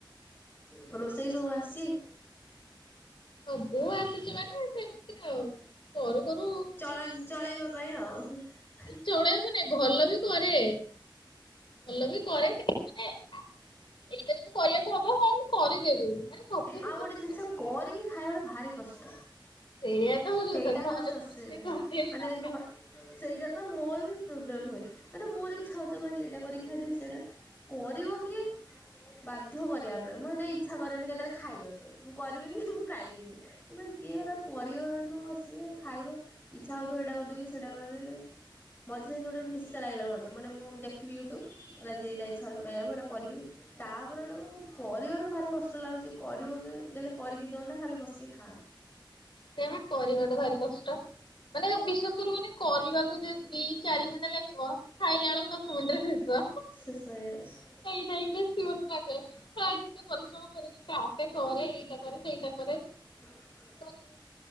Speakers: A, on the left; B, on the left.
A: ଉଁ ରୋଷେଇ ସବୁ ଆସିଛି?
B: ହବୁ ଆସିଛି ମାନେ ସେମତି ଆଉ କରୁ କରୁ
A: ଚଳନ୍ ଚଳେଇବା ପାଇଁ ଆଉ ହୁଁ ହୁଁ।
B: ଚଳେଇବା ନାଇଁ ଭଲ ବି କରେ ଭଲ ବି କରେ କିନ୍ତୁ ମାନେ ଆ ଏଇଟା ଯଦି କରିବାକୁ ହବ ହଁ ମୁଁ କରିଦେବି ମାନେ ସବୁ
A: ଆଉ
B: କିଛିନା।
A: ଗୋଟେ ଜିନିଷ କରିକି ଖାଇବାଟା ଭାରି କଷ୍ଟ।
B: ସେଇଆ ତ ହଉଚି
A: ସେଇଟା
B: କଥା
A: ହଉଛି
B: ଥରେ ମୁଁ
A: ଅସୁବିଧା
B: ରୋଷେଇ କରିଦେବି
A: ମାନେ
B: ବାସ୍
A: ଘ ସେଇଟା ତ ମୋର ବି ପ୍ରୋବ୍ଲେମ ହୁଏ ମାନେ ମୋର ଇଚ୍ଛା ହଉଥିବ ମୁଁ ଆଜି ଏଇଟା କରି ଖାଇଦେବି ସେଇଟା କରିବ କିଏ ବାଧ୍ୟ କରିବା ପାଇଁ ମୁଁ ଏତେ ଇଚ୍ଛା କରେନି କେତେବେଳେ ଖାଇବା ପାଇଁ। ମୁଁ କରିବିନି କି ମୁଁ ଖାଇବିନି ମୁଁ କହିବି କିଏ ହେରା କରିବ ଏଇନା ବସିକି ଖାଇବ ଇଚ୍ଛା ହଉଥିବ ଏଇଟା କରିଦେବି ସେଇଟା କରିଦେବି ମଝିରେ ଏମିତି ଗୋଟେ ନିସା ଲାଗିଲା ମତେ ମାନେ ମୁଁ ଦେଖିବି ୟୁଟୁବ ମତେ ଆଜି ଏଇଟା ଇଚ୍ଛା ହେଉଛି ଖାଇବାକୁ ଏଇଟା କରିବି। ତା ପରଠୁ କରିବାଟା ତ ଭାରି କଷ୍ଟ ଲାଗୁଛି କରିବ କିଏ ଯିଏ ହେଲେ କରିକି ଦିଅନ୍ତା ଖାଲି ବସିକି ଖାଆନ୍ତୁ।
B: ସେଇଆବା କରିବା ଟା ଭାରି କଷ୍ଟ ମାନେ ବିଶ୍ୱାସ କରିବନି କରିବାକୁ ଯଦି ଦି ଚାରି ଘଣ୍ଟା ଲାଗିବ ଖାଇଲା ବେଳକୁ ଦଶ ମିଣ୍ଟି ରେ ଶେଷ।
A: ଶେଷ ହେଇଯାଉଛି।
B: ଏଇଟା ହିଁ ବେଶୀ ମୋତେ ରାଗଲା ହା ଏତେ ପରିଶ୍ରମ କରକି କାଟେ କରେ ଏଇଟା କରେ ସେଇଟା କରେ
A: <unintelligible>
B: କରିବୁ।